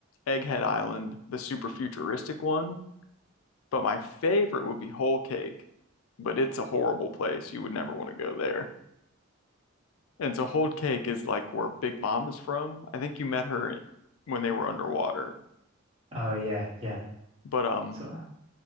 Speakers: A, on the left; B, on the right.
A: Egghead Island, the super futuristic one. But my favorite would be Whole Cake, but it's a horrible place. You would never want to go there. And so Hold Cake is like where Big Mom is from. I think you met her when they were underwater.
B: Oh yeah, yeah.
A: But um
B: So